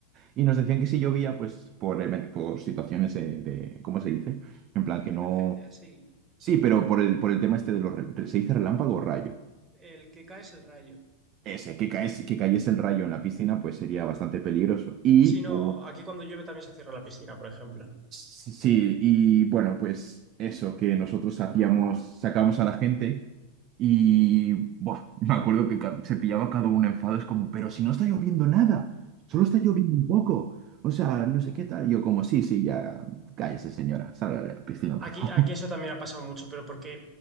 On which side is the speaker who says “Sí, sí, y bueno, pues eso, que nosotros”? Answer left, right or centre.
Right